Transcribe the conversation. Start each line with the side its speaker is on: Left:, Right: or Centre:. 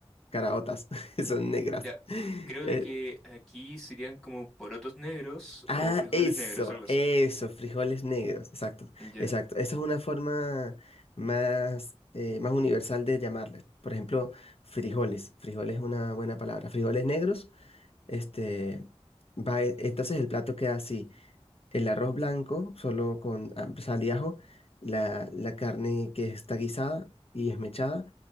Left: caraotas, <laughs> son negras.
Centre: Ya.
Left: <laughs>
Centre: Creo
Left: Eh,
Centre: de que aquí serían como porotos negros
Left: ah,
Centre: o frijoles
Left: eso,
Centre: negros, algo
Left: eso,
Centre: así.
Left: frijoles negros, exacto,
Centre: Ya.
Left: exacto. Esa es una forma más, eh, más universal de llamarles. Por ejemplo, frijoles, frijoles es una buena palabra, frijoles negros, este... Va, e- entonces el plato queda así. el arroz blanco, solo con ah, sal y ajo, la, la carne que está guisada y esmechada